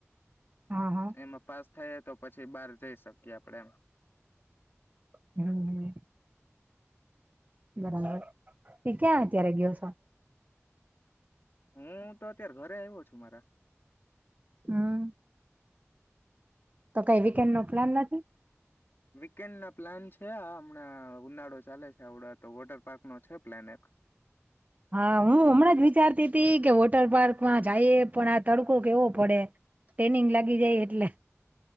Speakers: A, on the right; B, on the left.
A: હા હા
B: એમાં પાસ થાય તો પછી બહાર જઈ શકીએ આપડે એમ
A: હું હું બરાબર તી ક્યાં અત્યારે ગયો છો
B: હું તો અત્યારે ઘરે આવ્યો છું મારા
A: હું તો કઈ વીકેન્ડ નો પ્લાન નથી
B: વીકેન્ડ ના પ્લાન છે આ હમણાં ઉનાળો ચાલે છે આવડા તો વોટર પાર્કનોો છે પ્લાન એક
A: હા હું હમણાં જ વિચારતી હતી કે વોટર પાર્કમાં જઈ પણ આ તડકો કેવો પડે ટ્રેનિંગ લાગી જાય એટલે